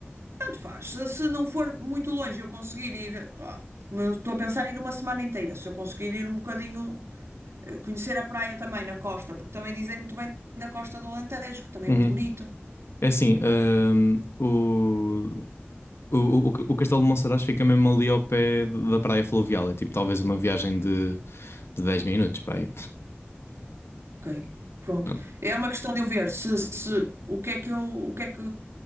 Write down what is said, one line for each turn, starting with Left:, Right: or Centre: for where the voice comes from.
Right: Tanto faz. Se, se não for muito longe, eu conseguir ir, ah, como eu estou a pensar ir uma semana inteira, se eu conseguir ir um bocadinho, eh, conhecer a praia também na costa, porque também dizem muito bem da costa do Alentejo, que também
Left: Uhum.
Right: é muito bonito.
Left: É assim, hum, o, o, o, o Castelo de Monsaraz fica mesmo ali ao pé da praia fluvial. É tipo talvez uma viagem de, de 10 minutos para aí.
Right: Ok. Pronto.
Left: Pronto.
Right: É uma questão de eu ver se, se o que é que eu, o que é que